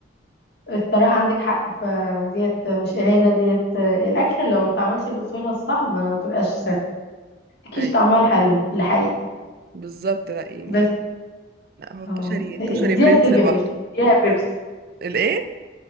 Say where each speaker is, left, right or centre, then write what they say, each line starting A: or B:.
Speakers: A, on the left; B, on the right.
A: الصراحة عندك حق فديت مش إهانة ديت الأكلة لو ما اتعملتش بأصولها الصح ما تبقاش متكيش
B: ايوه
A: طعمها الحلو الحقيقي
B: بالظبط لا يعني
A: بس
B: لا هو الكشري
A: اه
B: الكشري
A: نديها
B: برنس
A: سيفن
B: لوحده
A: مش نديها بيبس
B: الايه